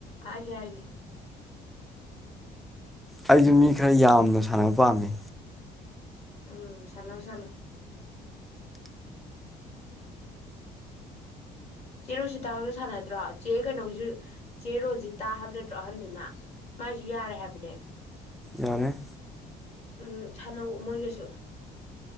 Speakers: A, on the left; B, in the centre.
A: ꯍꯥꯏꯒꯦ ꯍꯥꯏꯒꯦ
B: ꯑꯩꯁꯨ ꯃꯤ ꯈꯔ ꯌꯥꯝꯅ ꯁꯥꯟꯅꯕ ꯄꯥꯝꯃꯤ
A: ꯎꯝ ꯁꯥꯟ ꯁꯅꯣ ꯆꯦꯔꯣꯁꯤ ꯇꯥꯕꯁꯨ ꯁꯥꯟꯅꯗ꯭ꯔꯣ ꯆꯦ ꯀꯩꯅꯣꯁꯨ ꯆꯦꯔꯣꯜꯁꯤ ꯇꯥ ꯍꯥꯏꯕ ꯅꯠꯇ꯭ꯔꯣ ꯑꯍꯟꯗꯨꯅ ꯃꯥꯥꯏꯁꯨ ꯌꯥꯔꯦ ꯍꯥꯏꯕꯅꯦk
B: ꯌꯥꯅꯦ
A: ꯎꯝ ꯁꯥꯟꯅꯧ ꯃꯣꯏꯒꯁꯨ